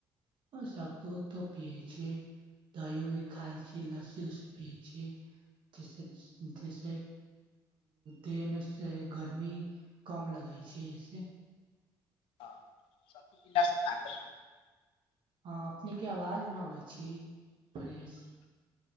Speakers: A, on the right (about 65°); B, on the left (about 80°).
A: आओ शत्तू उतु तो पियै छियै दही उही खाइ छीियै लस्सी उसी पियै छीय जैस जैसे देहमे से गर्मी कम लगै छै जैस
B: हँ सत्तू सँ तागत
A: हँ अपनेके आवाज नहि अबै छै फ्रेश